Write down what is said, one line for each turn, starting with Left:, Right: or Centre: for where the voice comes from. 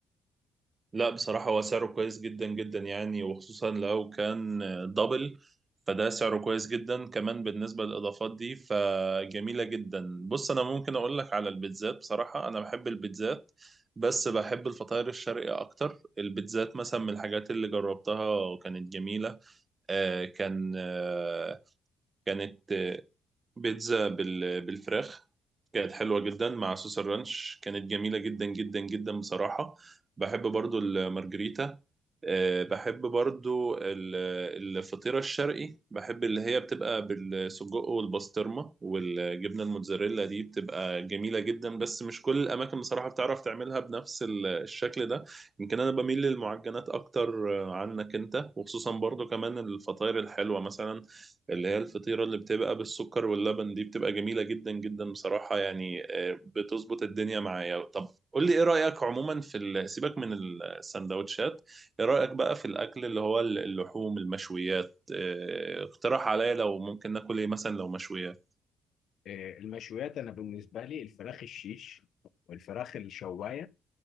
Right: لا بصراحة هو سعره كويس جدا جدا يعني وخصوصا لو كان دبل فده سعره كويس جدا كمان بالنسبة للإضافات دي فجميلة جدا بص أنا ممكن أقول لك على البيتزات بصراحة أنا بحب البيتزات بس بحب الفطاير الشرقي أكتر البيتزات مثلا من الحاجات اللي جربتها وكانت جميلة آه كان آه كانت بيتزا بال... بالفراخ كانت حلوة جدا مع صوص الرانش كانت جميلة جدا جدا جدا بصراحة بحب برضو المارجريتا آه، بحب برضو ال- الفطيرة الشرقي بحب اللي هي بتبقى بالسجق والبسطرمة والجبنة الموتزاريلا دي بتبقى جميلة جدا بس مش كل الأماكن بصراحة بتعرف تعملها بنفس ال- الشكل ده يمكن أنا بميل للمعجنات أكتر آه، عنك أنت وخصوصا برضو كمان الفطاير الحلوة مثلا اللي هي الفطيرة اللي بتبقى بالسكر واللبن دي بتبقى جميلة جدا جدا بصراحة يعني آه، بتظبط الدنيا معايا طب قول لي ايه رأيك عموما في ال- سيبك من السندوتشات ايه رأيك بقى في الأكل اللي هو اللحوم المشويات آه، اقترح عليا لو ممكن ناكل ايه مثلا لو مشويات
Left: آه، المشويات انا بالنسبه لي الفراخ الشيش والفراخ الشوايه